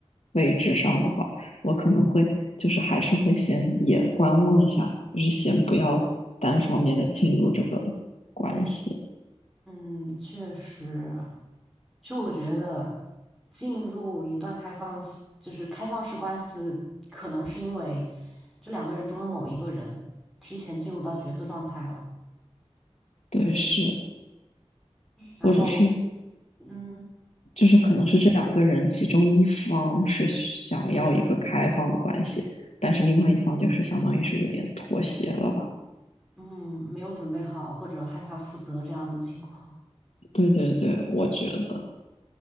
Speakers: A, on the left (about 80°); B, in the centre.
A: 位置上的话，我可能会就是还是会先也观望一下，就是先不要单方面的进入这个关系。
B: 嗯，确实，其实我觉得进入一段开放式就是开放式关系的可能是因为这两个人中的某一个人提前进入到角色状态了，
A: 对，是，
B: 然后
A: 或者是
B: 嗯
A: 就是可能是这两个人其中一方是想要一个开放的关系，但是另外一方就是相当于是有点妥协了吧？
B: 嗯，没有准备好或者害怕负责这样的情况，
A: 对对对，我觉得